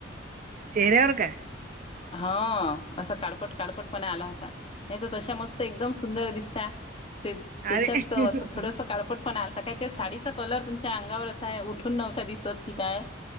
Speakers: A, on the right (about 45°); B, on the left (about 30°).
A: चेहऱ्यावर काय?
B: हा असं काडपट काडपट पणा आला होता. नाही तर तशा मस्त एकदम सुंदर दिसता त्याच्यात
A: अरे
B: असं थोडस काढ ट पण आता काय त्या साडीचा कलर तुमच्या अंगावर अस आहे उठून नव्हता दिसत की काय?